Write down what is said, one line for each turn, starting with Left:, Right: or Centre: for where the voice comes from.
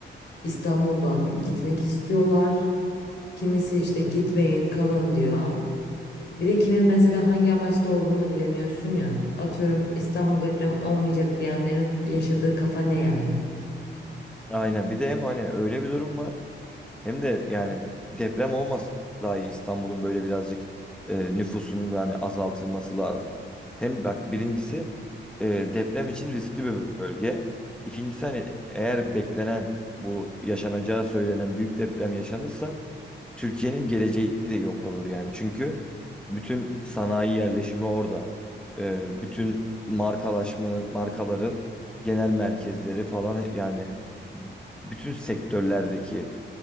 Left: İstanbul'dan gitmek istiyorlar. Kimisi işte gitmeyin kalın diyor. Bir de kimin mesela hangi amaçta olduğunu da bilemiyorsun ya. Atıyorum İstanbul depremi olmayacak diyenlerin yaşadığı kafa ne yani?
Centre: Aynen bir de hem hani öyle bir durum var. Hem de yani deprem olmasa daha iyi İstanbul'un böyle birazcık e, nüfusun yani azaltılması lazım. Hem bak birincisi e, deprem için riskli bir bölge. İkincisi hani eğer beklenen bu yaşanacağı söylenen büyük deprem yaşanırsa Türkiye'nin geleceği de yok olur yani. Çünkü bütün sanayi yerleşimi orada. E, bütün markalaşma markaların genel merkezleri falan yani bütün sektörlerdeki